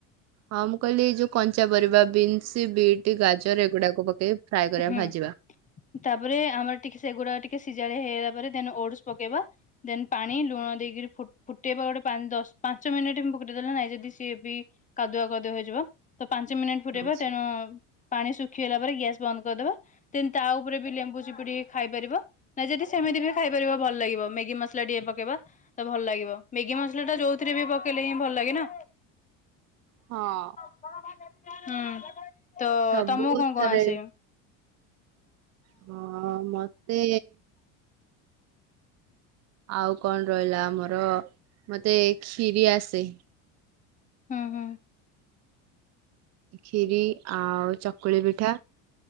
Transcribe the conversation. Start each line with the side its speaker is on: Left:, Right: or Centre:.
Right: ହଁ ମୁଁ କହିଲି ଏଇ ଯୋଉ କଞ୍ଚା ପରିବା ବିନ୍ସ, ବିଟ୍, ଗାଜର ଏଗୁଡାକୁ ପକେଇବେ ଫ୍ରାଏ କରିବା
Left: ହୁଁ
Right: ଭାଜିବା।
Left: ତାପରେ ଆମର ଟିକେ ସେଗୁଡା ଟିକେ ସିଝାଳି ହେଇଗଲା ପରେ ଦେନ୍ ଓଡସ ପକେଇବା। ଦେନ ପାଣି ଲୁଣ ଦେଇକି ଫୁ ଫୁଟେଇବା ଗୋଟେ ପାନ୍ ଦଶ ପାଞ୍ଚ ମିନିଟ ପୁ ଦେଲା ନାଇଁ ଯଦି ସିଏ ବି କାଦୁଆ କଦୁଆ ହେଇଯିବ ତ ପାଞ୍ଚ ମିନିଟ ଫୁଟେଇବା
Right: ହଁ
Left: ତେଣୁ ପାଣି ଶୁଖିଗଲା ପରେ ଗ୍ୟାସ୍ ବନ୍ଦ କରିଦବା ଦେନ୍ ତା ଉପରେ ବି ଲେମ୍ବୁ ଚିପୁଡିକି ଖାଇପାରିବ। ନା ଯଦି ସେମିତି ବି ଖାଇପାରିବ ଭଲ ଲାଗିବ ମ୍ୟାଗି ମସଲା ଟିକେ ପକେଇବ। ତ ଭଲ ଲାଗିବ ମ୍ୟାଗି ମସଲା ଟା ଯୋଉଥିରେ ବି ପକେଇଲେ ହିଁ ଭଲ ଲାଗେ ନା।
Right: ହଁ।
Left: ହୁଁ ତ
Right: ସବୁଥରେ
Left: ତମକୁ କଣ କଣ ଆସେ?
Right: ହଁ ମତେ ଆଉ କଣ ରହିଲା ଆମର ମତେ କ୍ଷୀରି ଆସେ।
Left: ହୁଁ ହୁଁ।
Right: କ୍ଷୀରି ଆଉ ଚକୁଳି ପିଠା।